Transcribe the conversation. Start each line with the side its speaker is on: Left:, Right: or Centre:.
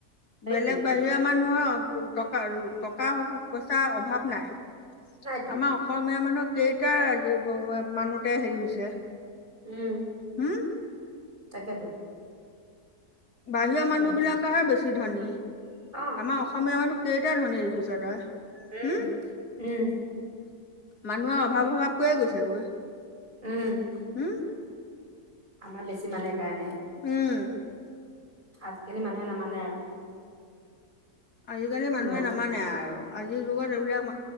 Right: সেইটোৱে
Left: বেলেগ বাহিৰা মানুহৰ টকাৰ টকা-পইচাৰ অভাৱ নাই। আমাৰ
Right: নাইতো
Left: অস অসমীয়া মানুহক কেইটা মানুতে হেৰি হৈছে?
Right: উম,
Left: হম
Right: তাকেতো!
Left: বাহিৰৰ মানুহবিলাকেহে
Right: কিয়
Left: বেছি ধনী। আমাৰ
Right: অ'
Left: অসম অসমীয়া মানুহ কেইটা ধনী দেখিছ তই?
Right: এই
Left: হম
Right: উম!
Left: মানুহৰ অভাৱ
Right: তাকে
Left: অভাৱ কৈয়ে গৈছেগৈ।
Right: উম'।
Left: হুম?
Right: আমাৰ বেছি মানে সেইকাৰণে।
Left: উম'।
Right: আজিকালি মানুহে নামানে আৰু।
Left: আজিকালি মানুহে
Right: কোনো
Left: নামানে আৰু। আজিৰ যুগত এইবিলাক